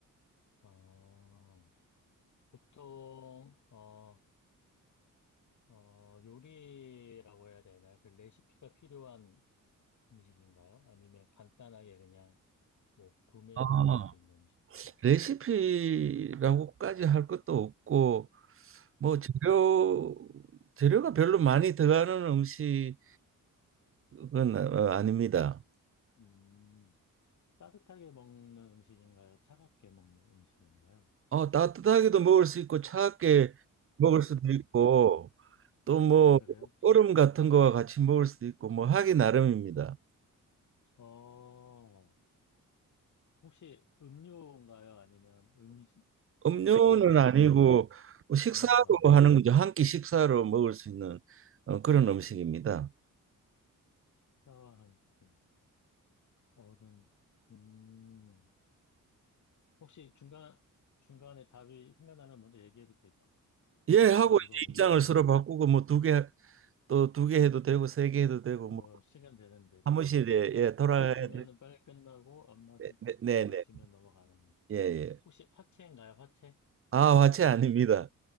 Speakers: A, on the left; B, on the right.
A: 어, 보통, 어, 어, 요리라고 해야 되나요? 그 레시피가 필요한 음식인가요? 아니면 간단하게 그냥 뭐 구매해서
B: 아,
A: 먹을 수 있는 음식인가요?
B: 레시피라고까지 할 것도 없고 뭐
A: 네.
B: 재료 재료가 별로 많이 들어가는 음식은 어, 아닙니다.
A: 음, 따뜻하게 먹는 음식인가요? 차갑게 먹는 음식인가요?
B: 어, 따뜻하게도 먹을 수 있고 차갑게 먹을 수도 있고 또 뭐
A: 아, 그래요?
B: 얼음 같은 거와 같이 먹을 수도 있고 뭐 하기 나름입니다.
A: 어, 혹시 음료인가요? 아니면 음식,
B: 음료는
A: 네, 밥 종류인가요?
B: 아니고 뭐 식사하고
A: 음료가 아니에요.
B: 뭐 하는 거죠. 한 끼 식사로 먹을 수 있는 어, 그런 음식입니다.
A: 사과 한 끼, 얼음, 음, 혹시 중간, 중간에 답이 생각나면 먼저 얘기해도 되죠?
B: 예 하고
A: 또 물어보겠습니다.
B: 이제 입장을 서로 바꾸고 뭐 두 개 또 두 개 해도 되고 세 개 해도 되고
A: 뭐,
B: 뭐
A: 시간 되는 대로,
B: 사무실에
A: 네.
B: 예 돌아가야
A: 맞히면은
B: 될
A: 빨리 끝나고, 안 맞추,
B: 때- 네, 네,
A: 못 맞추면
B: 네.
A: 넘어가는 거죠.
B: 예, 예.
A: 혹시 화채인가요? 화채?
B: 아, 화채 아닙니다.